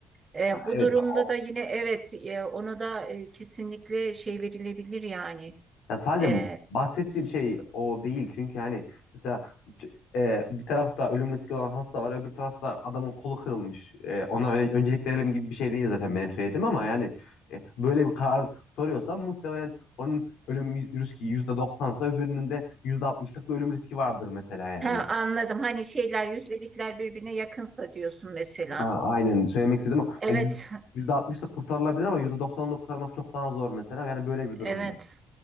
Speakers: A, on the right; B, on the left.
A: E,
B: ha,
A: bu
B: evet
A: durumda
B: o
A: da yine evet e, ona da e, kesinlikle şey verilebilir yani.
B: ya sadece
A: E,
B: bahsettiğim
A: s-
B: şey o değil çünkü hani mesela c- e, bir tarafta ölüm riski olan hasta var öbür tarafta adamın kolu kırılmış. E, ona ö- öncelik verelim gibi bir şey değil zaten benim söylediğim ama yani e, böyle bir karar soruyorsam muhtemelen onun ölüm riski yüzde doksansa öbürünün de yüzde altmışlık bir ölüm riski vardır mesela yani.
A: ha, anladım. Hani şeyler yüzdelikler birbirine yakınsa diyorsun mesela.
B: Ha, aynen söylemek istedim o
A: Evet,
B: ya yüz- %60'lık kurtarılabilir ama %90'lık kurtarmak çok daha zor mesela. Yani böyle bir durumda.
A: evet.